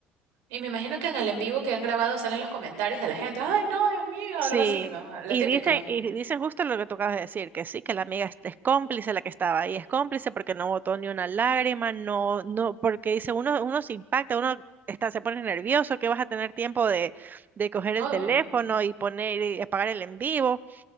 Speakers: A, on the right; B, on the right.
A: Y me imagino que en el en vivo que han grabado salen los comentarios de la gente. Ay, no, Dios mío,
B: Sí,
A: algo así, ¿no? La
B: y
A: típica.
B: dicen, y dicen justo lo que tú acabas de decir, que sí, que la amiga es, es cómplice la que estaba ahí, es cómplice porque no botó ni una lágrima, no, no, porque dice, uno, uno se impacta, uno está, se pone nervioso, que vas a tener tiempo de, de coger el
A: Obvio.
B: teléfono y poner y apagar el en vivo.